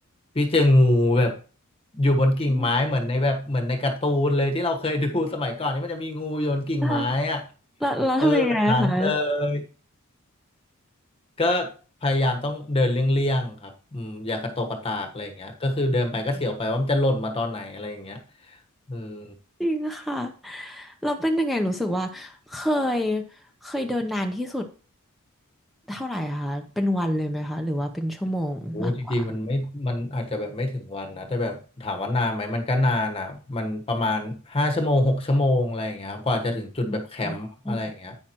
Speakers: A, on the left (about 25°); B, in the centre.
A: พี่เจองูแบบอยู่บนกิ่งไม้เหมือนในแบบเหมือนในการ์ตูนเลยที่เราเคยดูสมัยก่อนที่มันจะมีงูอยู่บนกิ่งไม้อะ
B: อืมอ่ะแล้วแล้วทำยังไงคะ
A: เออแบบนั้นเลยก็พยายามต้องเดินเลี่ยงๆครับอืมอย่ากระตกกระตากอะไรอย่างเงี้ยก็คือเดินไปก็เสียวไปว่ามันจะหล่นมาตอนไหนอะไรอย่างเงี้ยอืม
B: จริงค่ะเราเป็นยังไงรู้สึกว่าเคยเคยเดินนานที่สุดเท่าไหร่อะคะเป็นวันเลยไหมคะหรือว่าเป็นชั่วโมงมากกว่า
A: โอ้จริงๆมันไม่มันอาจจะแบบไม่ถึงวันนะแต่แบบถามว่านานไหมมันก็นานอ่ะมันประมาณห้าชั่วโมงหกชั่วโมงอะไรอย่างเงี้ยครับกว่าจะถึงจุดแบบแคมป์อะไรอย่างเงี้ย
B: อืม